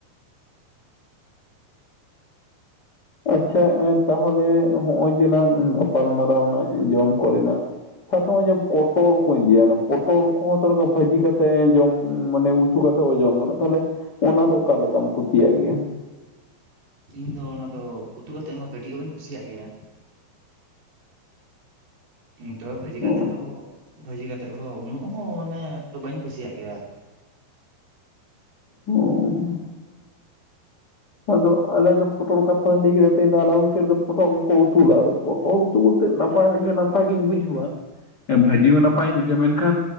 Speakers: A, on the left; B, on the right.
A: ᱟᱪᱪᱷᱟ ᱮ ᱛᱟᱦᱚᱞᱮ ᱦᱚᱜᱚᱭ ᱡᱮᱞᱟᱝ ᱜᱟᱯᱟᱞ ᱢᱟᱨᱟᱣᱱᱟ ᱡᱚᱢ ᱠᱚᱨᱮᱱᱟᱜ ᱪᱷᱟᱛᱚ ᱦᱚᱜᱚᱭ ᱡᱮᱢ ᱯᱚᱴᱚᱞ ᱠᱚᱧ ᱤᱫᱤᱭᱟ ᱚᱱᱟ ᱯᱚᱴᱚᱞ ᱠᱚᱦᱚᱸ ᱛᱚ ᱚᱱᱟ ᱫᱚ ᱵᱷᱟᱹᱡᱤ ᱠᱟᱛᱮᱜ ᱮ ᱡᱚᱢ ᱢᱟᱱᱮ ᱩᱛ ᱩᱛᱩ ᱠᱟᱛᱮ ᱦᱚ ᱡᱚᱢ ᱜᱟᱱᱚᱜ, ᱛᱟᱦᱞᱮ ᱚᱱᱟ ᱫᱚ ᱚᱠᱟ ᱞᱮᱠᱟᱢ ᱠᱩᱥᱤᱭᱟᱜ ᱜᱮᱭᱟ?
B: ᱤᱧ ᱫᱚ ᱚᱱᱟ ᱫᱚ ᱩᱛᱩ ᱠᱟᱛᱮ ᱢᱟ ᱠᱟᱹᱴᱤᱡ ᱦᱚᱸ ᱵᱟᱹᱧ ᱠᱩᱥᱤᱭᱟᱜ ᱜᱮᱭᱟ᱾ ᱛᱚᱵᱮ ᱵᱷᱟᱹᱡᱤ
A: ᱚ
B: ᱠᱟᱛᱮᱜ ᱦᱚᱸ ᱵᱷᱟᱹᱡᱤ ᱠᱟᱛᱮᱜ ᱦᱚᱸ ᱩᱱᱟᱹᱜ ᱦᱚᱸ ᱢᱟᱱᱮ ᱛᱚ ᱵᱟᱹᱧ ᱠᱩᱥᱤᱭᱟᱜ ᱜᱮᱭᱟ᱾
A: ᱦᱩᱸ, ᱟᱫᱚ ᱟᱞᱮ ᱫᱚ ᱯᱚᱴᱚᱞ ᱠᱟᱛᱷᱟ ᱞᱟᱹᱭ ᱠᱮᱫᱟ ᱯᱚᱴᱚᱞ ᱜᱮᱠᱚ ᱩᱛᱩ ᱞᱟᱜ-ᱟ ᱟᱫᱚ, ᱯᱚᱴᱚᱞ ᱩᱛᱩ ᱵᱚᱞᱛᱮ ᱱᱟᱯᱟᱭ ᱱᱟᱯᱟᱭ ᱜᱤᱧ ᱵᱩᱡᱷᱟᱹᱣᱟ᱾ ᱵᱷᱟᱹᱡᱤ ᱦᱚᱸ ᱱᱟᱯᱟᱭᱤᱧ ᱵᱩᱡᱷᱟᱹᱣᱟ ᱢᱮᱱᱠᱷᱟᱱ